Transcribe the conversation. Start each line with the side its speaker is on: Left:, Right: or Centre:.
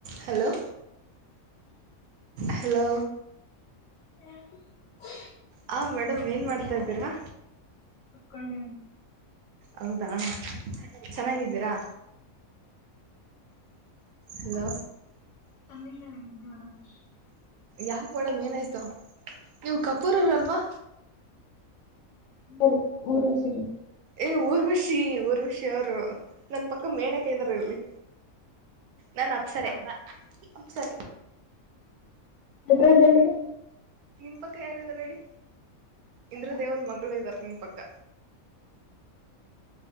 Right: Hello hello
Left: <unintelligible>
Right: ಹಾ madam ಏನು ಮಾಡ್ತಾಇದಿರಾ
Left: ಮಕ್ಕೊಂಡೆನಿ
Right: ಹೌದಾ ಚೆನ್ನಾಗಿದ್ದೀರಾ ಹಲೋ
Left: ಅಂದಿದ್ನ್ಯಲ್ಲ ನಿದ್ದಿ ಮಾಡಕತ್ತೇನಿ
Right: ಯಾಕ ಮೇಡಂ ಏನಾಯ್ತು ನೀವು ಕಪೂರವರಲ್ವಾ
Left: ಬರ್ರಿ ಉರುಸಾಬರಿ
Right: ಏ ಊರ್ವರ್ಷಿ ಊರ್ವಷಿ ಅವರು ನನ್ ಪಕ್ಕ ಮೇನಕೈದಾರ ಇಲ್ಲಿ ನನ್ ಅಪ್ಸರ ಬಾ ಅಪ್ಸರ
Left: ನಟ್ರಲ್ಲಿರ
Right: ನಿಮ ಪಕ್ಕ ಯಾರಾರ ಹೇಳಿ ಇಂದ್ರ ದೇವನ್ ಮಂಗಳ ಇದ್ದಾರ ನಿಮ ಪಕ್ಕ